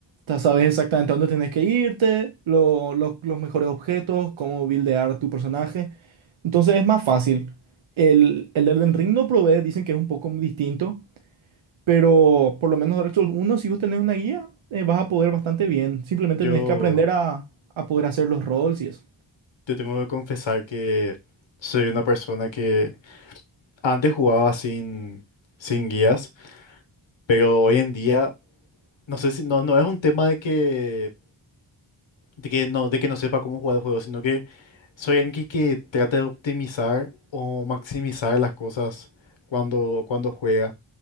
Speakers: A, on the right (about 80°); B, on the left (about 70°).
A: Ya sabes exactamente a dónde tienes que irte, lo- lo- los mejores objetos, cómo buildear tu personaje. Entonces es más fácil. El, el Elden Ring no provee, dicen que es un poco distinto, pero por lo menos Dark Souls 1, si vos tenés una guía, eh, vas a poder bastante bien. Simplemente
B: yo,
A: tenés que aprender a, a poder hacer los roles y eso.
B: yo tengo que confesar que soy una persona que antes jugaba sin, sin guías, pero hoy en día... No sé si, no, no es un tema de que, de que no, de que no sepa cómo jugar el juego, sino que soy alguien que, que trata de optimizar o maximizar las cosas cuando, cuando juega.